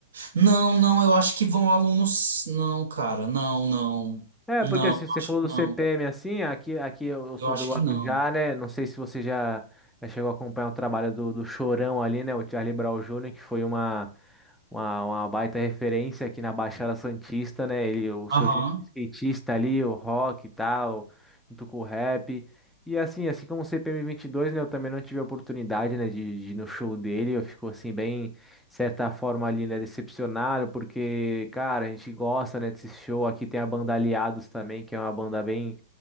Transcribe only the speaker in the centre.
É,
porque
se você
falou
do
CPM assim, aqui, aqui eu eu sou
do Guarujá,
né? Não sei se você já, já chegou a acompanhar o trabalho do, do Chorão ali, né? O Charlie Brown Jr., que foi uma, uma, uma baita referência aqui na Baixada Santista, né? Ele, o seu
jeito de skatista ali, o rock e tal, junto com o rap. E assim, assim como o CPM dois né? Eu também não tive a oportunidade, né, de, de ir no show dele. Eu fico assim, bem certa forma ali, né, decepcionado, porque, cara, a gente gosta, né, desse show. Aqui tem a banda Aliados também, que é uma banda bem,